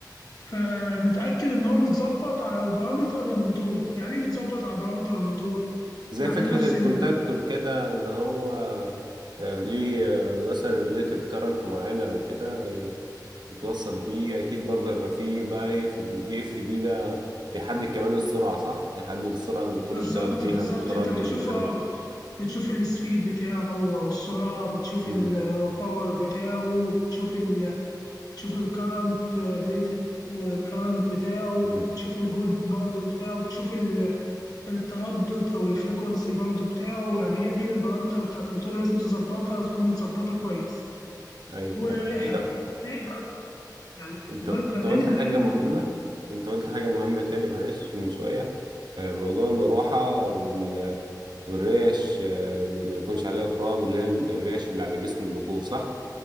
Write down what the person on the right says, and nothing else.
زي
فكره
الكونتاكتور
كده ان هو آه، ليه آه، مثلا ريليتد كارنت معينه او كده ي- يتوصل بيه اكيد برضه يبقى فيه بقى إيه في الفي اف دي ده بيحدد كمان السرعه صح؟ بيحدد السرعه اللي الموتور
يشتغل بيها
والتردد
والكلام
ده
مم.
مم.
ايوه
تمام انت
انت انت
قلت حاجة
مهمة
انت قلت حاجة مهمة تاني معلش من شوية آه، موضوع المروحة وال... والريش آه، ما يكونش عليها تراب اللي هي الريش اللي على جسم الموتور صح؟